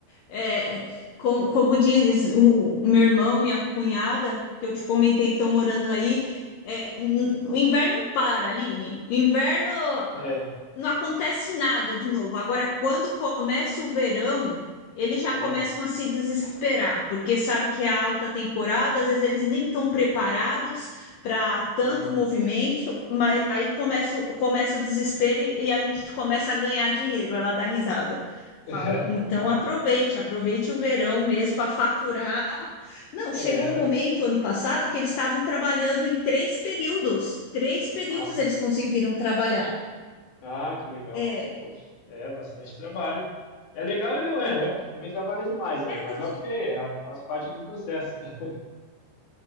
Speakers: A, on the left; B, on the left.
A: é, como, como diz o meu irmão, minha cunhada, que eu te comentei que estão morando aí. É, n- o inverno para, Aline. O inverno
B: É,
A: não acontece nada de novo. Agora, quando começa o verão, eles já
B: é,
A: começam a se desesperar, porque sabe que é a alta temporada, às vezes eles nem estão preparados para tanto
B: é.
A: movimento, mas aí começa, o- começa o desespero e, e a gente começa a ganhar dinheiro. Ela dá risada.
B: <laughs>
A: Falo, então aproveite, aproveite o verão mesmo para faturar. Não, chegou
B: É,
A: um momento ano passado que eles estavam trabalhando em três períodos. Três períodos
B: nossa.
A: eles conseguiram trabalhar.
B: Ah, que legal.
A: É,
B: Poxa, é bastante trabalho. É legal e não
A: Sim.
B: é, né? Porque também trabalha demais aí,
A: É,
B: mas
A: porque.
B: ok, é, faz parte do processo. <laughs>